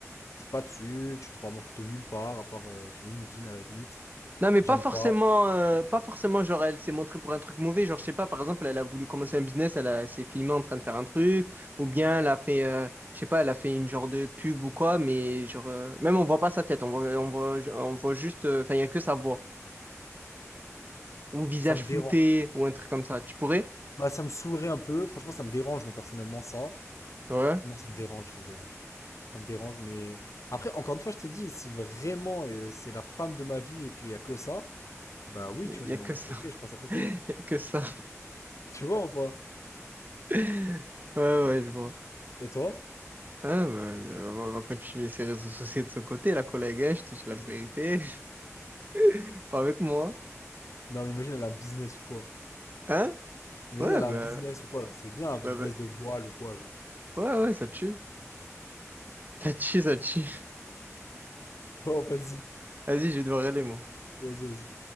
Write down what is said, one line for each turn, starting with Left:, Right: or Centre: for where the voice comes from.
Left: Je suis pas dessus, tu trouveras ma photo nulle part, à part euh, sur LinkedIn à la limite.
Right: Non, mais
Left: J'aime
Right: pas forcément,
Left: pas.
Right: euh, pas forcément, genre, elle s'est montrée pour un truc mauvais. Genre, je sais pas, par exemple, elle a voulu commencer un business, elle, a- elle s'est filmée en train de faire un truc, ou bien elle a fait, euh, je sais pas, elle a fait une genre de pub ou quoi, mais genre, euh, même on voit pas sa tête, on voit, on voit, on voit juste, euh, enfin, il y a que sa voix, ou visage
Left: Ça me
Right: flouté,
Left: dérange.
Right: ou un truc comme ça. Tu pourrais?
Left: Bah, ça me saoulerait un peu. Franchement, ça me dérange, moi, personnellement, ça.
Right: Ouais,
Left: Non, ça me dérange, ça me dérange. Ça me dérange, mais... Après, encore une fois, je t'ai dit, si vraiment euh, c'est la femme de ma vie et qu'il y a que ça, bah oui,
Right: il
Left: tu vois,
Right: y, y
Left: je
Right: a
Left: m'en...
Right: que ça.
Left: Ok, je passe
Right: <laughs>
Left: à côté.
Right: Il y a que ça.
Left: <laughs> Tu vois ou pas?
Right: <laughs> Ouais, ouais, je vois.
Left: Et toi?
Right: Ah, bah, euh, on va continuer ses réseaux sociaux de son côté, la collègue, hein, je te dis la vérité. <laughs> Pas avec moi.
Left: Non, mais imagine, elle a un business ou quoi?
Right: Hein?
Left: Imagine,
Right: Ouais,
Left: elle
Right: ben
Left: a un business ou quoi, alors c'est bien un business
Right: Bah, bah,
Left: de voile ou quoi, genre. <laughs>
Right: Ouais, ouais, ça tue. Ça tue, ça tue.
Left: Oh, vas-y,
Right: Vas-y, je vais devoir aller, moi.
Left: vas-y, vas-y.